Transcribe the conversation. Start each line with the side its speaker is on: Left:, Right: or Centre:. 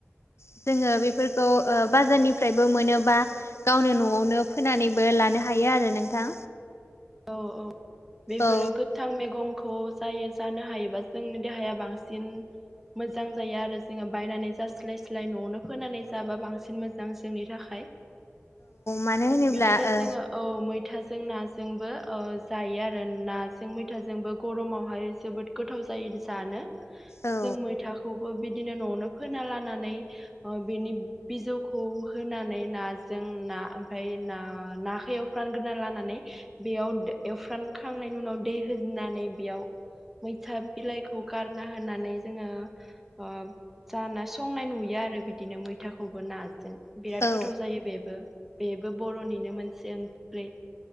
Left: जोङो बेफोरखौ ओ बाजारनिफ्रायबो मोनोबा गावनो न'आवनो फोनानैबो लानो हायो आरो नोंथां।
Centre: औ औ बेफोरो
Left: औ
Centre: गो थां मेगंखौ जायो जानो हायोबा जोंनि देहाया बांसिन मोजां जायो आरो जोङो बायनानै जास्लाय स्लाय न'आवनो फोनानै जाबा बांसिन मोजां जोंनि थाखाय
Left: मानो होनोब्ला
Centre: बिदिनो
Left: ओ
Centre: जोङो औ मैथाजों नाज जोंबो औ जायो आरो नाजों मैथाजोंबो गरमावहाय जोबोद गोथाव जायो जानो
Left: औ
Centre: जों मैथाखौबो बिदिनो न'आवनो फोना लानानै बेनि बिजौखौ होनानै नाजों ना ओमफाय ना-नाखौ एव फ्रानग्रोना लानानै बेयावद एवफ्रानखांनायनि उनाव दै होजनानै बेयाव मैथा बिलाइखौ गारना होनानै जोङो ओ जाना संनाय नुयो आरो बिदिनो मैथाखौबो नाजों। बिराद
Left: औ
Centre: गोथाव जायो बेबो, बेबो बर'निनो मोनसे ओंख्रि।